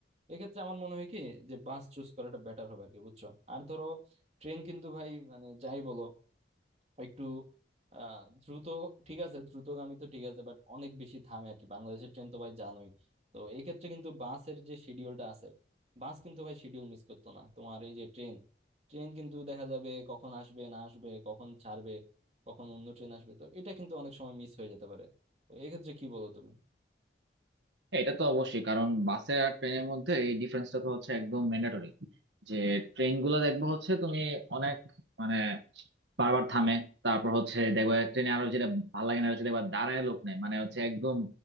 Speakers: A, on the right; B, on the right.
A: এক্ষেত্রে আমার মনে হয় কি যে বাস চুজ করাটা বেটার হবে আর কি বুঝছো আর ধরো ট্রেন কিন্তু ভাই মানে যাই বলো একটু আহ দ্রুত ঠিক আছে দ্রুতগামী তো ঠিক আছে বাট অনেক বেশি থামে আর কি বাংলাদেশের ট্রেন তো ভাই জানোই তো এই ক্ষেত্রে কিন্তু বাসের যে শিডিউলটা আছে বাস কিন্তু ভাই শিডিউল মিস করতো না তোমার এই যে ট্রেন ট্রেন কিন্তু দেখা যাবে কখন আসবে না আসবে কখন ছাড়বে কখন অন্য ট্রেন আসবে তো এটা কিন্তু অনেক সময় মিস হয়ে যেতে পারে তো এক্ষেত্রে কি বলো তুমি
B: হ্যাঁ এটা তো অবশ্যই কারণ বাসে আর ট্রেনের মধ্যে এই ডিফারেন্সটা তো হচ্ছে একদম ম্যান্ডেটরি যে ট্রেন গুলো দেখবো হচ্ছে তুমি অনেক মানে বারবার থামে তারপর হচ্ছে দেখবা ট্রেনে আরো যেটা ভালো লাগে না হচ্ছে দেখবা দাঁড়ায় লোক নেই মানে হচ্ছে একদম